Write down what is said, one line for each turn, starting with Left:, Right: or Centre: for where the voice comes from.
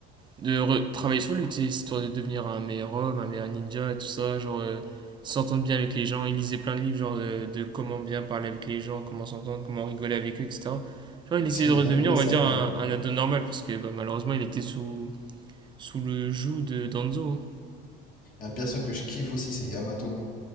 Right: de re- travailler sur lui, histoire de devenir un meilleur homme, un meilleur ninja, et tout ça, genre euh, s'entendre bien avec les gens, il lisait plein de livres genre euh, de comment bien parler avec les gens, comment s'entendre, comment rigoler avec eux, etc. Genre il
Left: <laughs>
Right: essayait
Left: C'est
Right: de
Left: une
Right: redevenir,
Left: dinguerie,
Right: on va
Left: ça,
Right: dire,
Left: quand
Right: un,
Left: même.
Right: un ado normal, parce que bah, malheureusement il était sous, sous le joug de Danzo. hein.
Left: Un perso que je kiffe aussi, c'est Yamato.